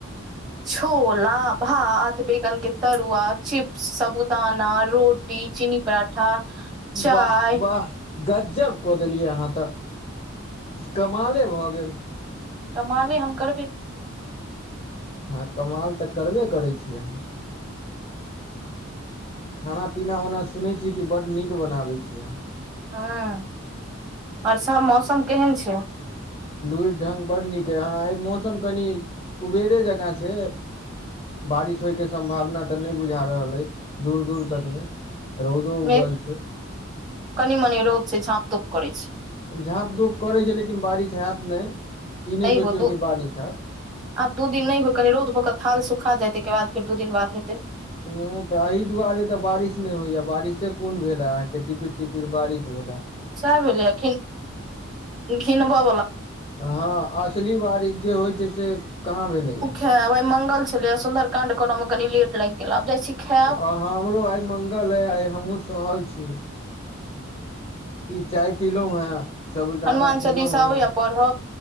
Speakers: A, on the right (about 25°); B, on the left (about 30°).
A: छोला भात, बैगन के तरुआ, चिप्स, साबुदाना रोटी। कि चीनी पराठा चाय
B: वाह वाह, गजब कऽ देलियै अहाँ तऽ। कमाले भऽ गेल।
A: कमाले हम करबे
B: हँ कमाल तऽ करबे करै छी। अहाँ खाना पीना ओना सुनैत छी कि बड्ड नीक बनबैत छी अहाँ।
A: हँ, आओर सभ मौसम केहन छै?
B: लुरुरि ढंग बड्ड नीक छै। एहि मौसममे कनि उबेरे जका छै। बारिश होइक सम्भावना तऽ नहि बुझा रहल अछि, दूर दूर तक नहि। रौदो उगल
A: मेघ
B: छै।
A: कनि मनि रौद छै, झाँप तोप करै छै।
B: झाँप धूप करै छै, लेकिन बारिश हेत नहि। ई नहि सोचियौ
A: हो दू
B: जे बारिश हेत।
A: आब दू दिन नहि होय, कनि रौद भऽ कऽ स्थान सुखा जाय, ताहि के बाद फेर दू दिन बाद हेतै।
B: नहि तऽ एहि दुआरे तऽ बारिश नहि होइ छै। बारिश कोन भेलै? अहाँकेँ तऽ टिपिर टिपिर बारिश भेलै।
A: से भेलै, ई घिनबला।
B: हँ, असली बारिश जे होइ छै, से कहाँ भेलैए से?
A: है वे मंगल। सुन्दर काण्ड करऽ में कनि लेट लागि गेल, आब जाइ छी। खायब
B: आ हमरहु आइ मंगल अछि, आइ हमहूँ सहल छी। की, चाय पीलहुँ हँ? साबूदाना
A: हनुमान
B: खेलहुँ
A: चालीसा
B: हँ?
A: आबैया पढ़ऽ